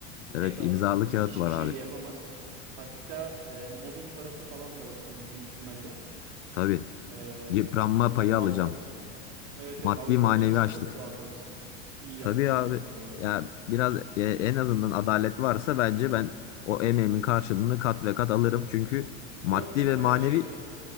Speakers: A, on the right (about 65°); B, on the left (about 85°).
A: Net
B: Evet
A: alırsın.
B: imzalı kağıt
A: Bak, Hiçbir
B: var
A: şey
B: abi.
A: de yapamaz. Hatta e, mobbing parası falan da alırsın büyük ihtimalle.
B: Tabii
A: E,
B: yıpranma
A: ya
B: payı
A: avukat.
B: alacağım.
A: Evet evet
B: Maddi
A: avukat
B: manevi
A: iyiyse
B: açtık.
A: çok rahat alırsın. İyi yapmışsın
B: Tabii abi
A: kanka valla.
B: ya biraz e, en azından adalet varsa bence ben o emeğimin karşılığını kat ve kat alırım. Çünkü maddi
A: Yok yok
B: ve manevi
A: bayağı şeyde.